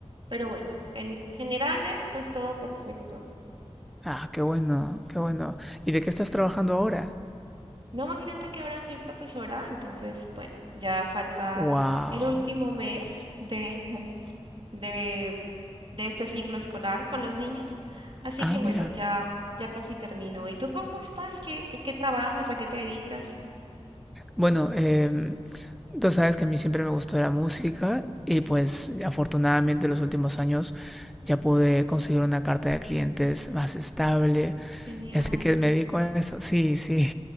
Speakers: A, on the right; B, in the centre.
A: pero bueno, en generales, pues todo perfecto.
B: Ah, qué bueno, qué bueno. ¿Y de qué estás trabajando ahora?
A: No imagínate que ahora soy profesora, entonces, bueno, ya falta
B: Wow.
A: el último mes de, <laughs> de, de este ciclo escolar con los niños. Así
B: Ah,
A: que bueno,
B: mira.
A: ya, ya casi termino. ¿Y tú cómo estás? ¿Qué, qué, qué trabajas? ¿A qué te dedicas?
B: Bueno, em, tú sabes que a mí siempre me gustó la música y pues afortunadamente en los últimos años ya pude conseguir una carta de clientes más estable
A: Genial,
B: Así que me dedico a eso. Sí, sí.